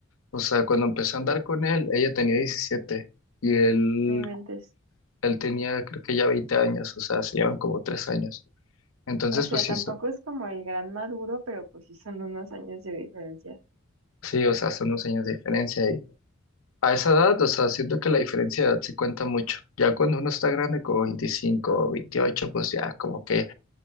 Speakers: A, on the left (about 80°); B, on the right (about 85°).
A: o sea, cuando empezó a andar con él, ella tenía 17 y él,
B: no inventes.
A: él tenía creo que ya 20 años, o sea, se llevan como 3 años. Entonces,
B: O sea,
A: pues sí,
B: tampoco
A: so-
B: es como el gran Maduro, pero pues sí son unos años de diferencia.
A: sí, o sea, son unos años de diferencia A esa edad, o sea, siento que la diferencia de edad sí cuenta mucho. Ya cuando uno está grande, como 25, o 28, pues ya como que